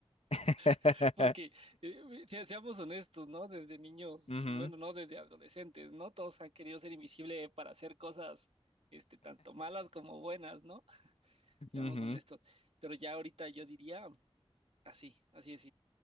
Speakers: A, on the left; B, on the right.
A: <laughs>
B: <laughs> porque eh, se- seamos honestos, ¿no? Desde niños,
A: Ujú,
B: bueno, no desde adolescentes, ¿no? Todos han querido ser invisible para hacer cosas, este, tanto malas como buenas, ¿no? Seamos
A: ujú,
B: honestos. Pero ya ahorita yo diría, así, así es.